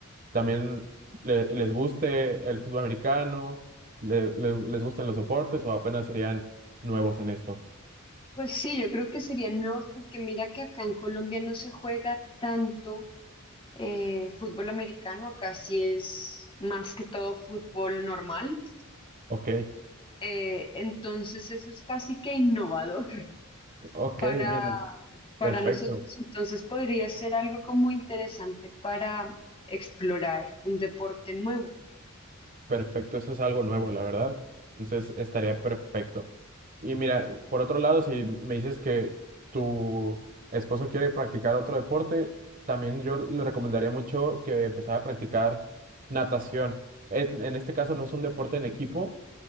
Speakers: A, on the right; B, on the left.
A: también le- les guste el fútbol americano, le- le- les gusten los deportes o apenas serían nuevos en esto.
B: Pues sí, yo creo que serían nuevos porque mira que acá en Colombia no se juega tanto eh, fútbol americano, acá sí es más que todo fútbol normal.
A: Ok,
B: Eh, entonces eso es casi que innovador.
A: ok,
B: para,
A: mira,
B: para
A: perfecto.
B: nosotros. Entonces podría ser algo como interesante para explorar un deporte nuevo.
A: Perfecto, eso es algo nuevo, la verdad. Entonces estaría perfecto. Y mira, por otro lado, si me dices que tu esposo quiere practicar otro deporte, también yo le recomendaría mucho que empezara a practicar natación. Es- en este caso no es un deporte en equipo,